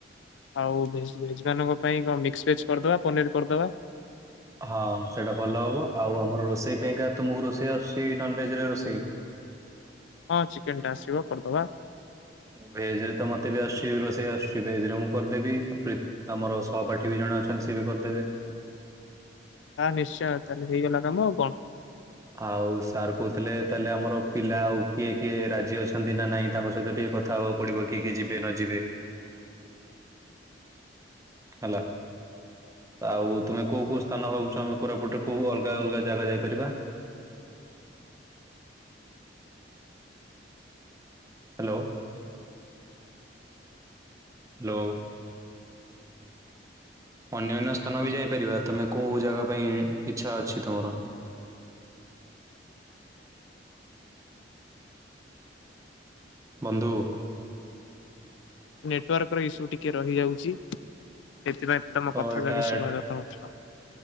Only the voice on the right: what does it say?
ହଁ ସେଇଟା ଭଲ ହବ ଆଉ ଆମର ରୋଷେଇ ପାଇଁ କା ତୁମକୁ ରୋଷେଇ ଆସୁଛି ନନ୍ ଭେଜ୍‌ ରୋଷେଇ?
ଭେଜ୍‌ ରେ ତ ମୋତେ ବି ଆସୁଛି ରୋଷେଇ ଆସୁଛି ଭେଜ୍‌ ରେ ମୁଁ କରିଦେବି। ଆମର ସହପାଠୀ ବି ଜଣେ ଅଛନ୍ତି ସେ ବି କରିଦେବେ।
ଆଉ ସାର୍ କହୁଥିଲେ ତାହେଲେ ଆମର ପିଲା ଆଉ କିଏ କିଏ ରାଜି ଅଛନ୍ତି ନା ନାଇଁ ତାଙ୍କ ସହିତ ଟିକେ କଥା ହବା। ପଡିବ କିଏ କିଏ ଯିବେ ନ ଯିବେ। ହେଲା। ତ ଆଉ ତମେ କୋଉ କୋଉ ସ୍ଥାନ ଭାବୁଛ ଆମେ କୋରାପୁଟ ରେ କୋଉ ଅଲଗା ଅଲଗା ଜାଗା ଯାଇପାରିବା? Hello hello. ଅନ୍ୟାନ୍ୟ ସ୍ଥାନ ବି ଯାଇପାରିବା ତମେ କୋଉ ଜାଗା ପାଇଁ ଇଚ୍ଛା ଅଛି ତମର? ବନ୍ଧୁ।
ତ
ଏଇଟା